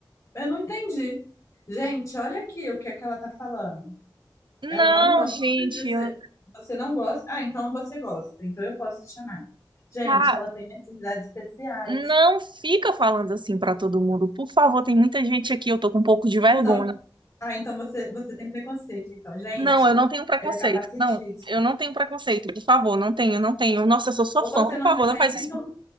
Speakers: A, on the left; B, on the right.
A: eu não entendi? Gente, olha aqui o que é que ela tá falando.
B: não,
A: Ela não gosta
B: gente,
A: de ser.
B: eu-
A: Você não gosta? Ah, então você gosta. Então eu posso te chamar. Gente,
B: tá.
A: ela tem necessidades especiais.
B: Não fica falando assim pra todo mundo. Por favor, tem muita gente aqui, eu tô com um pouco de vergonha.
A: Então, Ah, então você, você tem preconceito, então, gente.
B: Não, eu não tenho preconceito.
A: Ela é capacitista.
B: Não, eu não tenho preconceito. Por favor, não tenho, não tenho. Nossa, eu sou sua
A: Ou
B: fã.
A: você
B: Por
A: não
B: favor,
A: tem,
B: não faz isso
A: então,